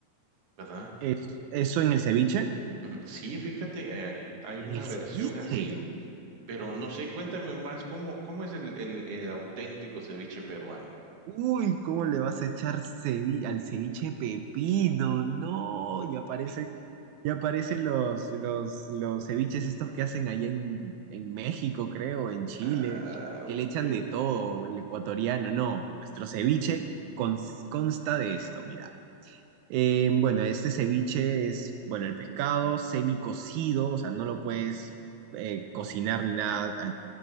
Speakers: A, on the right; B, on the right.
A: ¿verdad?
B: Es, eso en el ceviche.
A: Mm, Sí, fíjate, eh, hay
B: En
A: una
B: el
A: versión
B: ceviche.
A: así. Pero no sé, cuéntame más, ¿cómo, cómo es el, el, el auténtico ceviche peruano?
B: Uy, ¿cómo le vas a echar cevi- al ceviche pepino? No, ya aparecen, ya aparecen los, los, los ceviches estos que hacen allá en, en México, creo, en Chile,
A: Ah,
B: que
A: ok.
B: le echan de todo, el ecuatoriano. No, nuestro ceviche cons- consta de esto, mira. Eh, bueno, este ceviche es, bueno, el pescado semicocido, o sea, no lo puedes eh, cocinar ni nada al-